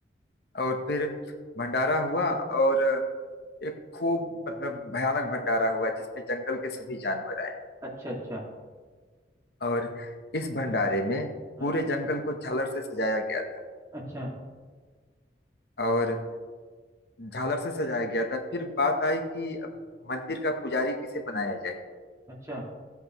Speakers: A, on the left; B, on the right.
A: और फिर भंडारा हुआ और एक खूब मतलब भयानक भंडारा हुआ जिसमें जंगल के सभी जानवर आए
B: अच्छा अच्छा
A: और इस भंडारे में
B: हाँ
A: पूरे जंगल को झालर से सजाया गया था
B: अच्छा
A: और झालर से सजाया गया था फिर बात आई कि अब मंदिर का पुजारी किसे बनाया जाए
B: अच्छा